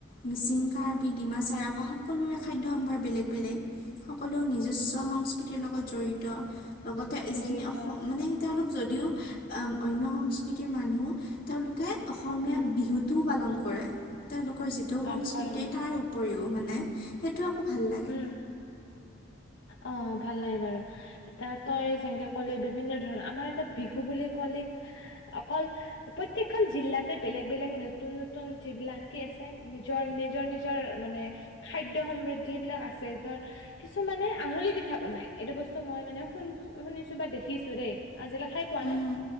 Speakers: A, on the left; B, on the left.
A: মিচিং, কাৰ্বি, ডিমাচা, ৰাভাসকলোৰে খাদ্য সম্ভাৰ বেলেগ বেলেগ সকলো নিজস্ব সংস্কৃতিৰ লগত জড়িত। লগতে
B: জড়িত
A: যিখিনি অসম
B: আছে।
A: মানে তেওঁলোক যদিও আম অন্য সংস্কৃতিৰ মানুহ তেওঁলোকে অসমীয়া
B: উম,
A: বিহুটো পালন তেওঁলোকৰ যিটো সংস্কৃতি
B: আহ কৰে কৰে
A: তাৰ উপৰিও মানে সেইটো ভাল লাগে
B: উম। অ ভাল লাগে বাৰু ইতা তাই যেনকে ক'লি বিভিন্ন ধৰণৰ আমাৰ এটা বিহু বুলি ক'লিক অকল প্ৰতয়েকখন জিলাতে বেলেগ বেলেগ নতুন নতুন যিবিলাক কি আছে নিজৰ নিজৰ নিজৰ মানে খাদ্য সমৃদ্ধি সেইবিলাক আছে ধৰ কিছুমানে আঙুলি পিঠা বনাই এইটো বস্তু মই মানে শুনছো শুনিছো বা দেখ খিছো দেই আজিলে খাই পোৱা
A: উম
B: নাই।